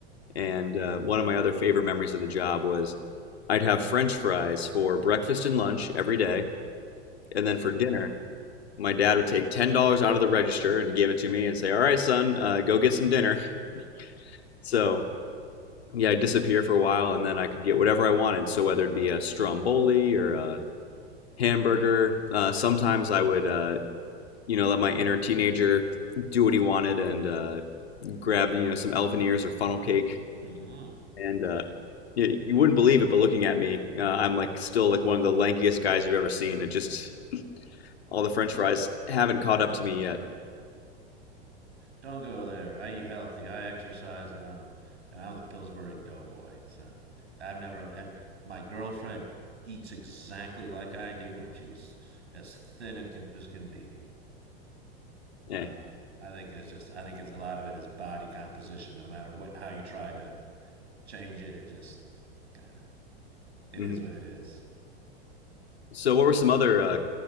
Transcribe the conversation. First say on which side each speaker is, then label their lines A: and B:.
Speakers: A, on the left; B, on the right.
A: And uh, one of my other favorite memories of the job was I'd have French fries for breakfast and lunch every day. And then
B: <laughs>
A: for dinner, my dad would take $10 out of the register and give it to me and say, All right, son, uh, go get some dinner. <laughs> So, yeah, I'd disappear for a while and then I could get whatever I wanted. So, whether it be a stromboli or a hamburger, uh, sometimes I would, uh, you know, let my inner teenager do what he wanted and uh, grab, you know, some elephant ears or funnel cake
B: Mm-hmm.
A: And uh, yeah, you wouldn't believe it, but looking at me, uh, I'm like still like one of the lankiest guys you've ever seen. It just all the French fries haven't caught up to me yet.
B: Don't go there. I eat healthy. I exercise, and I'm and I'm the Pillsbury Doughboy. So I've never and my girlfriend eats exactly like I do, and she's as thin and can just can be.
A: Yeah.
B: Um, I think it's just I think it's a lot of it is body composition. No matter what how you try to change it, it just kind of it
A: hmm
B: is what it is.
A: So, what were some other uh,